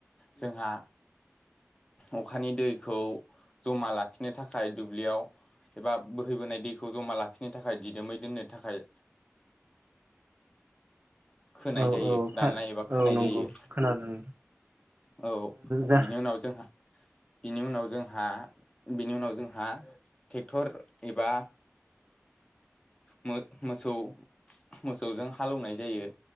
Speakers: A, on the left; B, on the right.
A: जोंहा अखानि दैखौ जमा लाखिनो थाखाय दुब्लियाव एबा बोहैबोनाय दैखौ जमा लाखिनो थाखाय दिदोमै दोननो थाखाय खोनाय
B: औ
A: जायो
B: औ फा
A: दाननाय एबा खोनाय
B: औ नंगौ
A: जायो।
B: खोनादों
A: औ
B: जा
A: बिनि उनाव जोंहा बिनि उनाव जोंहा बिनि उनाव जोंहा टेक्थर एबा मो-मोसौ मोसौजों हालौवनाय जायो।